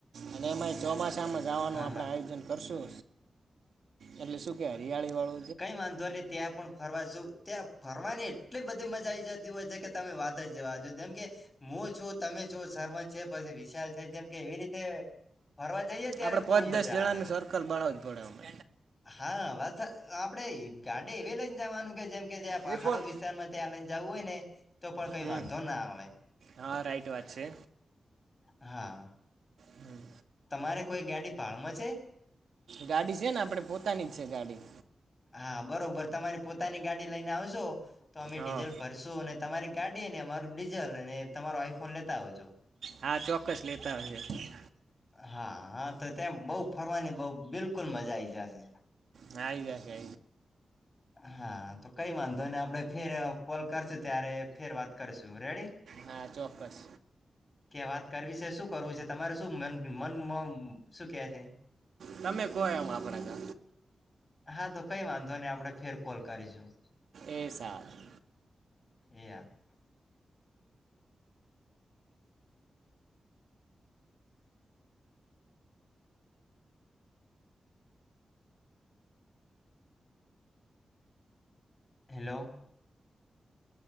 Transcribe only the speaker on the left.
હા
હા
કંઈ વાંધોને ત્યાં પણ ફરવાજું ત્યાં ફરવાની એટલી બધી મજા આઈ જતી હોય છે, કે તમે વાત જ જવા દો જેમ કે હું છું તમે છું સરમન છે પછી વિશાલ છે જેમ કે એવી રીતે ફરવા જઈએ ત્યારે
બહુ
મજા
આવે, એમ
<unintelligible> હા વા આપણેે ગાડીે એવી લઈને જવાનું કે જેમ કે ત્યાં પહાડો
વિસ્તારમાં ત્યાં લઈને જવું હોય ને પણ કઈ
વાંધો ના આવે
હા
તમારે કોઈ ગાડી ભાળમાં છે
હા બરોબર તમારી પોતાની ગાડી લઈને આવશો તો અમે
ડીઝલ ભર શું અને તમારી ગાડી અને અમારું ડીઝલ અને તમારો આઈફોન લેતા આવજો.
હા હા તો ત્યાં બઉ ફરવાની બહ બિલકુલ મજા આઈ જશે
હા તો કઈ વાંધો અને આપણે ફેર કોલ કરશું ત્યારે ફેર વાત કરશું રેડી?
કે વાત કરવી છે શું? કરવું છે તમારે શું મન શું કે છે?
હા તો કઈ વાંધો ને આપડે ફેર કોલ કરીશું
<unintelligible> એયા હેલો